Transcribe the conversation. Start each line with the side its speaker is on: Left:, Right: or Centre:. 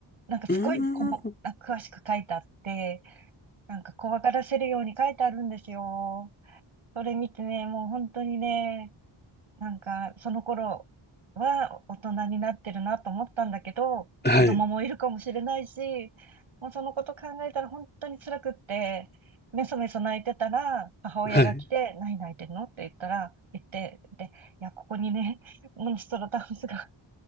Right: なんかすごいこも、
Left: うーん。
Right: あ詳しく書いてあって、なんか怖がらせるように書いてあるんですよ。それ見てね、もう本当にね、なんか、その頃は大人になってるなと思ったんだけど、
Left: はい。
Right: 子供もいるかもしれないし、もうそのこと考えたら本当に辛くって、めそめそ泣いてたら、母親が来て、
Left: はい。
Right: 何泣いてるのって言ったら、言って、で、いや、ここにね、モンストロダウンスが、